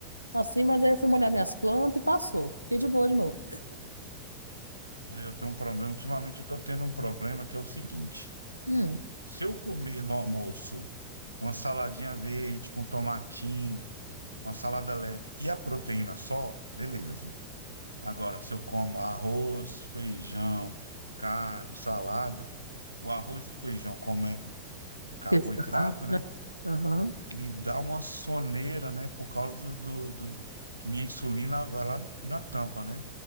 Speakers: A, on the left; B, on the right.
A: assim, mas aí eu fui molhar minhas plantas e passou. Fiquei de boa de novo.
B: Mas Eu tenho um problema, ultimamente eu estou tendo um problema que é o seguinte:
A: Hum,
B: se eu comer no almoço uma saladinha verde com tomatinho, uma salada leve e a proteína só, beleza. Agora, se eu como arroz, feijão, carne, salada, o arroz e o feijão, como é carboidrato,
A: exato,
B: né?
A: né? Aham.
B: Me dá uma soneira, né? Por causa do, do, do- que minha insulina vai lá no- na tampa, né?